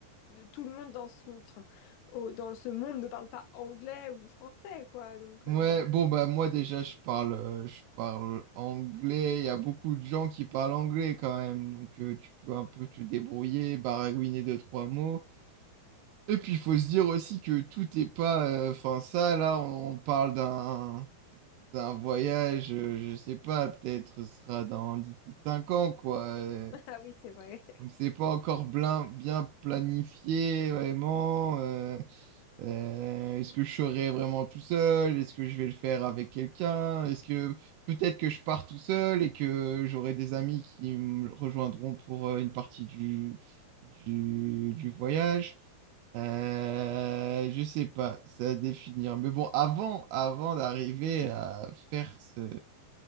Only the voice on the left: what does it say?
de tout le monde dans ce enfin, au- dans ce monde ne parle pas anglais ou français quoi donc
euh,
<laughs> ah oui c'est vrai